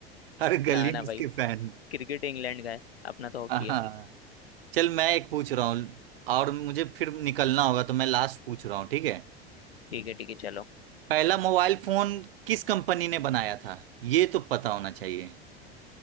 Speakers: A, on the right (about 65°); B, on the left (about 70°).
A: हर गली
B: ना ना
A: में इसके
B: भाई
A: फैन
B: क्रिकेट इंग्लैंड का है अपना तो हॉकी
A: हाँ
B: है
A: चल मैं एक पूछ रहा हूँ और मुझे फिर निकलना होगा तो मैं लास्ट पूछ रहा हूँ ठीक है
B: ठीक है ठीक है चलो
A: पहला मोबाइल फोन किस कंपनी ने बनाया था ये तो पता होना चाहिए